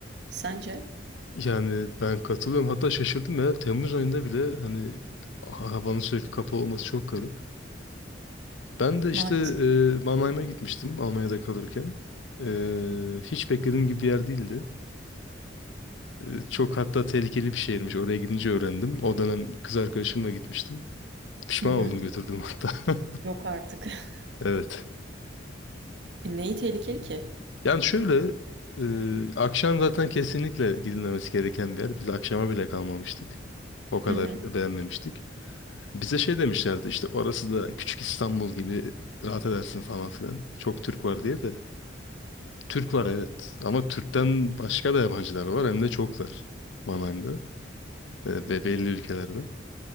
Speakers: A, on the right (about 60°); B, on the left (about 75°).
A: Sence?
B: Yani ben katılıyorum. Hatta şaşırdım ya. Temmuz ayında bile hani ha- havanın sürekli kapalı olması çok garip. Ben de işte
A: Maalesef.
B: e, Mannheim'a gitmiştim Almanya'da kalırken. Ee, hiç beklediğim gibi bir yer değildi. Ee, çok hatta tehlikeli bir şehirmiş. Oraya gidince öğrendim. O dönem kız arkadaşımla gitmiştim. Pişman
A: Hı hı.
B: oldum götürdüğüm hatta. <laughs>
A: Yok artık. <laughs>
B: Evet.
A: E, neyi tehlikeli ki?
B: Yani şöyle e, akşam zaten kesinlikle gidilmemesi gereken bir yer. Biz akşama bile kalmamıştık. O kadar
A: Hı hı.
B: beğenmemiştik. Bize şey demişlerdi işte orası da küçük İstanbul gibi rahat edersin falan filan. Çok Türk var diye de. Türk var evet ama Türk'ten başka da yabancılar var hem de çoklar Mannheim'da e, ve belli ülkelerden.